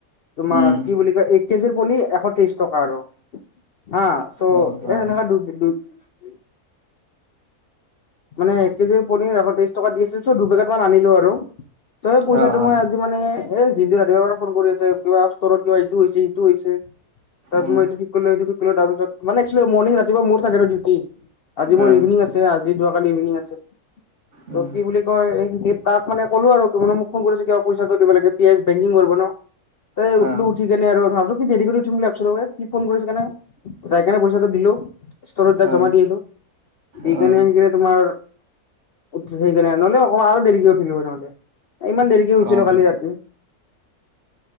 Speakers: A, on the left; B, on the right.
A: তোমাৰ
B: উম
A: কি বুলি কয় এক কেজিৰ পণীৰ এশ তেইশ টকা আৰু অ চ'
B: অ' অ'
A: এনেক <unintelligible> মানে এক কেজিৰ পনিৰ এশ ত্ৰিশ টকা দি আছিল চ দুই পেকেট মান আনিলো আৰু ত পইচাটো
B: অ' অ'
A: মই আজি মানে এ যিনটো ৰাতিপুৱাৰ পৰা ফোন কৰি আছে কিবা ষ্টৰত কিবা ইটো হৈছে ইটো হৈছে তাত
B: উম
A: মই এইটো ঠিক কৰিটো ঠিক কৰিলো তাৰপিত মানে মৰ্নিং ৰাতিপুৱা মোৰ থাকে ন ডিউটি আজি মোৰ
B: অ'
A: ইভিনিং আছে আজি যোৱাকালি ইভিনিং আছিল
B: উম
A: ত কি বুলি কয় এই তাক মানে কলো আৰু মোক ফোন কৰিছে কিবা পইচাটো দিব লাগে পিছ বেংকিং কৰিব ন তাই উঠলো
B: অ'
A: উঠি কেনে আৰু ভাবছো কি দেৰি কৰি উঠিম বুলি ভাবিছো কি ফোন কৰিছে কেনে যাই কিনে পইচাটো দিলো ষ্টৰত যাই
B: অ'
A: জমা দি আহিলো দি
B: অ'
A: কেনে
B: অ'
A: সেইনে তোমাৰ উ সেইকাৰণে নহলে অকমান আৰু দেৰিক উঠিলো নহলে ইমান দেৰি কি হৈছিলো
B: অ'
A: কালি ৰাতি